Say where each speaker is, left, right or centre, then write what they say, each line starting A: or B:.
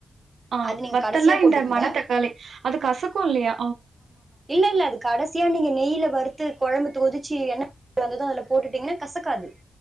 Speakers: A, on the right; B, on the right.
A: ஆ
B: அது நீங்க
A: வத்தெல்லா
B: கடைசியா போட்டுக்குங்க
A: இந்த மன தக்காளி அது கசக்கு இல்லியா
B: இல்ல இல்ல அது கடைசியா நீங்க நெய்ல வறுத்து குழம்புத்தொதுச்சு என்ன வந்ததும் அதுல போட்டுட்டீங்னா கசக்காது.